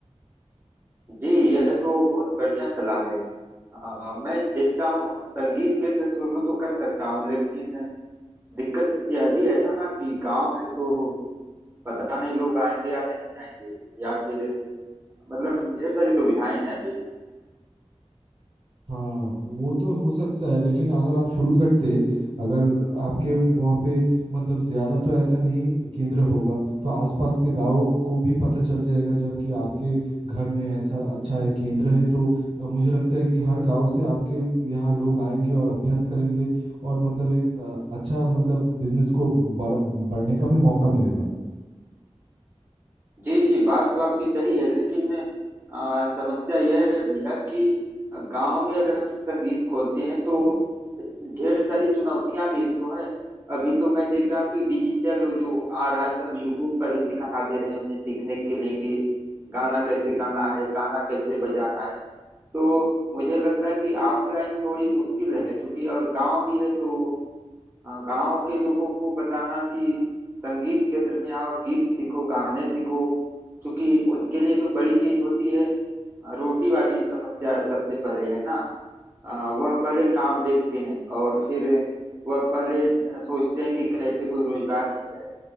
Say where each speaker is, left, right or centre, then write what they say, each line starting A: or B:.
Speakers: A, on the right; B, on the right.
A: जी यह तो बहुत बढ़िया सलाह है आ, मैं देखता हूँ संगीत केंद्र शुरू तो कर सकता हूँ लेकिन दिक्कत यह भी है ना कि गांव है तो पता नहीं लोग आएंगे या नहीं आएंगे या फिर मतलब ढेर सारी दुविधाएं हैं अभी
B: हाँ वो तो हो सकता है लेकिन अगर आप शुरू करते अगर आपके वहाँ पे मतलब ज़्यादा तो ऐसा नहीं केंद्र होगा तो आसपास के गांव को भी पता चल जाएगा जबकि आपके घर में ऐसा अच्छा है केंद्र है तो अ, मुझे लगता है कि हर गांव से आपके यहाँ लोग आएंगे और अभ्यास करेंगे और मतलब एक अ, अच्छा मतलब बिजनेस को बढ़ बढ़ने का भी मौका मिलेगा
A: जी जी बात तो आपकी सही है लेकिन आ, समस्या यह है भैया कि गांव में अगर हम संगीत खोलते हैं तो ढेर सारी चुनौतियां भी तो हैं अभी तो मैं देख रहा हूँ कि डिजिटल जो आ रहा है सब यूट्यूब पर ही सिखा दे रहे हैं उन्हें सीखने के लिए कि गाना कैसे गाना है गाना कैसे बजाना है तो मुझे लगता है कि ऑफलाइन थोड़ी मुश्किल है चूंकि और गांव भी है तो गांव के लोगों को बताना कि संगीत केंद्र में आओ गीत सीखो गाने सीखो क्योंकि उनके लिए तो बड़ी चीज होती है अ, रोटी वाली समस्या सबसे पहले है ना अ, वह पहले काम देखते हैं और फिर वह पहले सोचते हैं कि कैसे कोई रोजगार मिल जाए